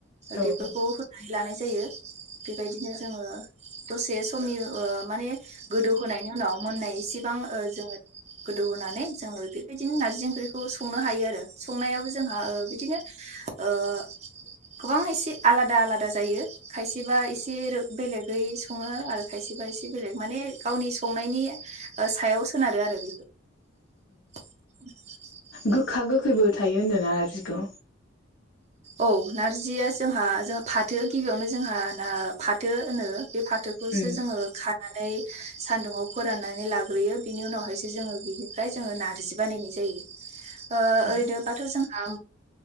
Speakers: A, on the left (about 65°); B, on the right (about 35°).
A: औ
B: बेफोरखौ होनानै लानाय जायो बेबायदिनो जोङो दसे समनि ओ माने गोदौहोनायनि उनाव मोननाय इसेबां ओ जोङो गोदौ होनोनानै जोङो बेबायदिनो नारजि ओंख्रिखौ संनो हायो आरो संनायाबो जोंहा ओ बिदिनो ओ गोबां एसे आलादा आलादा जायो खायसेबा एसे बेलेगै सङो आरो खायसेबा एसे बेलेग माने गावनि संनायनि सायाव सोनारो आरो <inaudible>
A: गोखा गोखैबो थायो होन्दोना नारजिखौ
B: औ नारजिया जोंहा जोंहा फाथो गिबियावनो जोंहा ना फाथो होनो बे फाथोखौसो
A: अ
B: जोङो खार नानै सानदुङाव फोराननानै लाग्रोयो बिनि उनावहायसो जों नारजि बानाय जायो ओ
A: औ
B: ओरैनोबाथ जोंहा